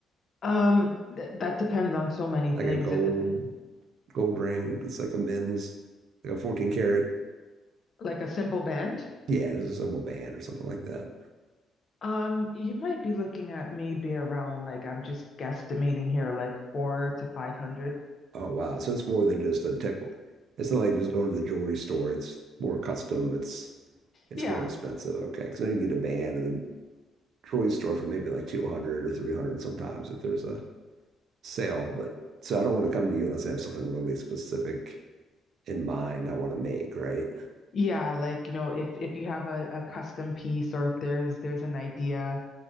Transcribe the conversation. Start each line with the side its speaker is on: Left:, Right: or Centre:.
Left: Um, th that depends on so many things.
Right: Like a gold
Left: It dep
Right: gold ring. It's like a men's, like a 14 karat.
Left: like a simple band.
Right: Yeah, it's a symbol band or something like that.
Left: Um, you might be looking at maybe around like I'm just guesstimating here, like four to five hundred.
Right: Oh, wow. So it's more than just a tech. It's not like just going to the jewelry store. It's more custom. It's it's
Left: Yeah.
Right: more expensive. Okay. Because then you can get a band at the jewelry store for maybe like 200 or 300 sometimes if there's a sale. But so I don't want to come to you unless I have something really specific in mind I want to make, right?
Left: Yeah, like you know, if if you have a, a custom piece or if there's there's an idea,